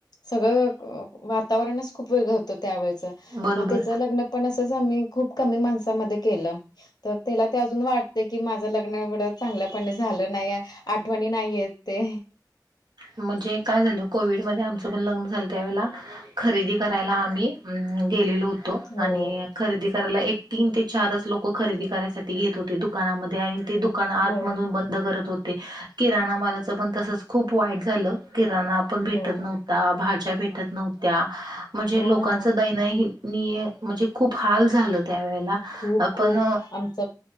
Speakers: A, on the left; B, on the right.
A: सगळं वातावरणच खूप वेगळ होतं त्यावेळेच
B: बरोबर
A: मग त्याच लग्न पण असंच आम्ही खूप कमी माणसामध्ये केलं. तर त्याला ते अजून वाटते की माझं लग्न एवढं चांगल्यापणे झालं नाही आठवणी नाही येत ते.
B: म्हणजे काय झालं कोविडमध्ये आमचं पण लग्न झालं त्यावेळेला खरेदी करायला आम्ही गेलेलो होतो,
A: हो
B: आणि खरेदी करायला एक तीन ते चारच लोक खरेदी करायसाठी घेत होते दुकानामध्ये आणि ते दुकान आतमधून
A: हो
B: बंद बंद करत होते, किराणा मालाच पण तसच खूप वाईट झालं. किराणा आपण भेटत
A: हो
B: नव्हता भाज्या भेटत नव्हत्या म्हणजे
A: हो
B: लोकांचं
A: ना
B: दयनयनीय, म्हणजे खूप हाल झालं त्यावेळेला.
A: खूप
B: आ पण
A: खूप आमच